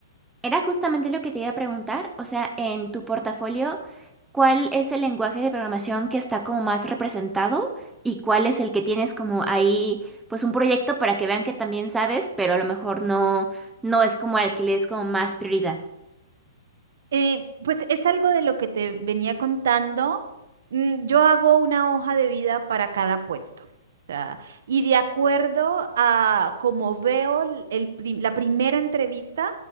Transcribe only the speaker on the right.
Eh, pues es algo de lo que te venía contando. Mm, Yo hago una hoja de vida para cada puesto. O sea, y de acuerdo a cómo veo el- el pri- la primera entrevista,